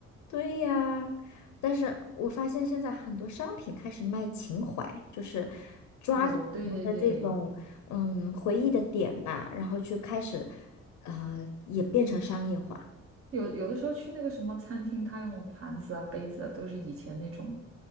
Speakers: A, on the left; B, on the right.
A: 对呀，但是我发现现在很多商品开始卖情怀，就是抓住我们的这种嗯回忆的点吧，
B: 有，对对对，
A: 然后去开始，呃，也变成商业化。
B: 有有的时候去那个什么餐厅，他用的盘子啊、杯子啊，都是以前那种